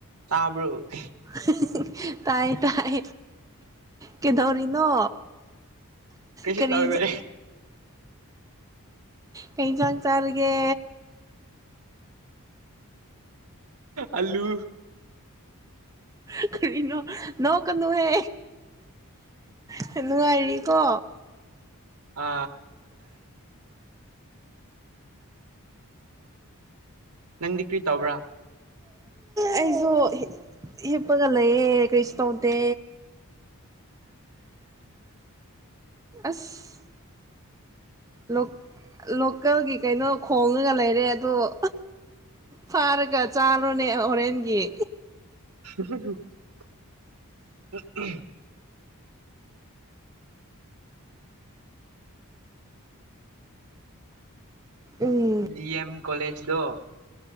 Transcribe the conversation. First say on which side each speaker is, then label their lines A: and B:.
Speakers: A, on the right; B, on the right.
A: ꯇꯥꯕ꯭ꯔ ꫭ
B: <unintelligible> ꯇꯥꯏ ꯇꯥꯏ ꯀꯩꯗꯧꯔꯤꯅꯣ
A: ꯀꯩꯁꯨ
B: ꯀꯔꯤ
A: ꯇꯧꯗꯔꯤ
B: ꯀꯩ ꯏꯟꯖꯥꯡ ꯆꯥꯔꯒꯦ
A: ꯑꯂꯨ
B: ꯍ ꯀꯩꯅꯣ ꯅꯣꯛꯀꯅꯨꯍꯦ ꯍ ꯅꯨꯡꯉꯥꯏꯔꯤ ꯀꯣ
A: ꯑ ꯅꯪꯗꯤ ꯀ꯭ꯔꯤ ꯇꯧꯕ꯭ꯔꯥ
B: ꯑꯩꯁꯨ ꯍꯤꯞꯄꯒ ꯂꯩꯌꯦ ꯀꯔꯤꯁꯨ ꯇꯧꯗꯦ꯫ ꯑꯁ꯫ ꯂꫭ ꯂꯣꯀꯦꯜꯒꯤ ꯀꯩꯅꯣ ꯈꯣꯡꯉꯒ ꯂꯩꯔꯦ ꯑꯗꫭ꯫ ꯐꯔꯒ ꯆꯥꯔꫭ꯫ ꯅꯦ ꯍꫭꯔꯦꯟꯒꯤ꯫
A: <unintelligible> <unintelligible>
B: ꯎꯝ
A: ꯗꯤꯑꯦꯝ꯫ ꯀꯣꯂꯦꯖꯗꫭ